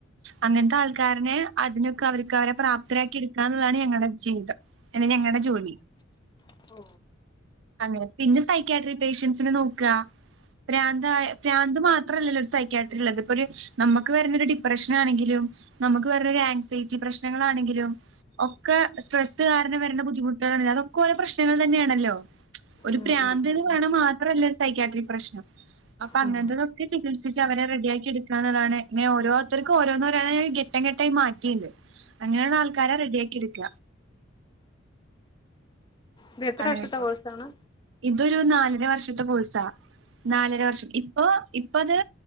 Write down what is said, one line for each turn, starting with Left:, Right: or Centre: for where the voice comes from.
Right: അങ്ങനത്തെ ആൾക്കാരനെ അതിനൊക്കെ അവർ അവരെ പ്രാപ്തരാക്കി എടുക്കുക എന്നുള്ളതാണ് ഞങ്ങളുടെ ജീവിതം അന്നെ ഞങ്ങളുടെ ജോലി
Left: ഓ
Right: അങ്ങനെ പിന്നെ സൈക്കയാട്രി പേഷ്യൻസിനെ നോക്ക പ്രാന്ത ആ പ്രാന്ത് മാത്രമല്ലോ ഒരു സൈക്കാട്ട്ര ഉള്ളത് ഇപ്പൊ ഒരു നമുക്ക് വരുന്ന ഒരു ഡിപ്രഷന ആണെങ്കിലും നമുക്ക് വരുന്ന ഒരു ആൻസൈറ്റി പ്രശ്നങ്ങളാണെങ്കിലും ഒക്കെ സ്ട്രെസ്സ് കാരണം വരുന്ന ബുദ്ധിമുട്ടുകളൾന്നെ അതൊക്കെ ഓലോ പ്രശ്നങ്ങൾ തന്നെയാണല്ലോ ഒരു
Left: ഉം
Right: പ്രാന്ത്ന്ന്
Left: ഉം ഉം ഉം
Right: കാണാന് മാത്രല്ല സൈക്കാട്രിക് പ്രശ്നം അപ്പൊ അ
Left: ഉം
Right: ങ്ങതൊക്കെ ചികിത്സിച്ച് അവരെ റെഡിയാക്കി എടുക്കാ എന്നതാണ് ഇങ്ങനെ ഓരോരുത്തർക്കും ഓരോന്നോരോന്നായി ഘട്ടംഘട്ടംയി മാറ്റിണ്ട് അങ്ങനെയുള്ള ആൾക്കാരെ റെഡിയാക്കി എട്ക.
Left: ഇത് എത്ര
Right: അങ്ങനെയൊക്കെ
Left: വർഷത്തെ കോഴ്സ് സാണ്
Right: ഇതൊരു നാലര വർഷത്തെ കോഴ്സ്, നാലര വർഷം ഇപ്പൊ ഇപ്പ അത്